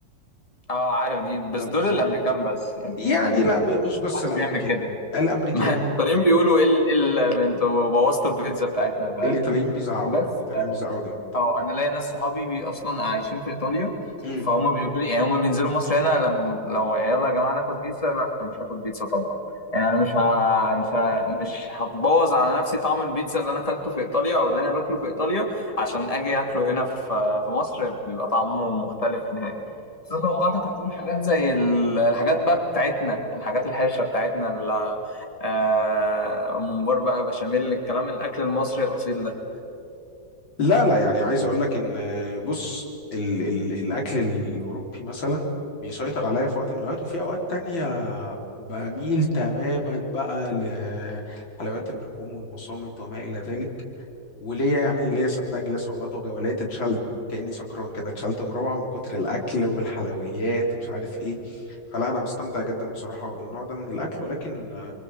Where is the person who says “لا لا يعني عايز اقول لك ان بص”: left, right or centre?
Left